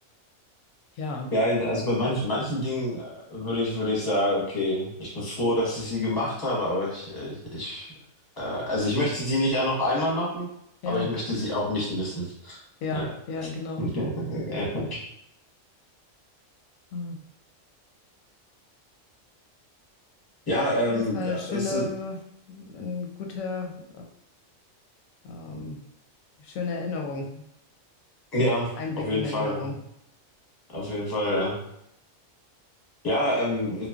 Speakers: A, on the left (about 85°); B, on the left (about 20°).
A: Ja,
B: Ja, also bei manchen, manchen Dingen äh, würde ich, würde ich sagen, okay, ich bin froh, dass ich sie gemacht habe, aber ich, ich, ich äh, also ich möchte sie nicht auch noch einmal machen,
A: ja,
B: aber ich möchte sie auch nicht missen.
A: ja,
B: Ja,
A: ja, genau.
B: <laughs>
A: Hm. Ah.
B: ja, ähm,
A: Ja, es war eine schöne,
B: es sind,
A: eine gute, äh, ähm, schöne Erinnerung.
B: ja,
A: Einblick
B: auf jeden
A: in Erinnerung.
B: Fall, auf jeden Fall, ja. Ja, ähm,